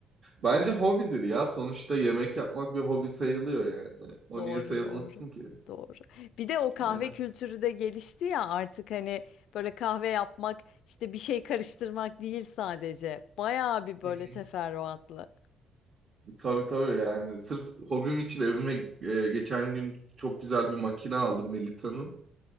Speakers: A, on the right; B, on the left.
A: Bence hobidir ya. Sonuçta yemek yapmak bir hobi sayılıyor yani. O
B: Doğru,
A: niye sayılmasın
B: doğru.
A: ki?
B: Doğru. Bir de o kahve
A: Ya.
B: kültürü de gelişti ya artık hani böyle kahve yapmak işte bir şey karıştırmak değil sadece. Bayağı bir böyle
A: Hı hı.
B: teferruatlı.
A: Tabii tabii yani. Sırf hobim için evime e, geçen gün çok güzel bir makine aldım Melita'nın.